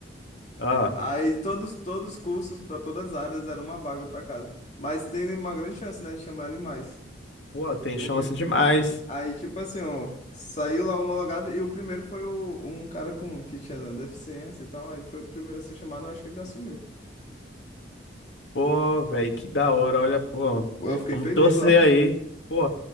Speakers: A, on the left; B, on the left.
A: Ah,
B: Aí todos, todos os cursos para todas as áreas era uma vaga para cada. Mas tem uma grande chance, né, de chamarem mais.
A: pô, tem
B: Por
A: chance
B: quê?
A: demais.
B: Aí, tipo assim, ó, saiu lá o homologado e o primeiro foi o, um cara com que tinha deficiência e tal. Aí ele foi o primeiro a ser chamado, eu acho que ele já assumiu.
A: Pô, velho, que da hora. Olha, pô,
B: Pô, Eu fiquei
A: vamos
B: feliz,
A: torcer
B: ó.
A: aí. Pô,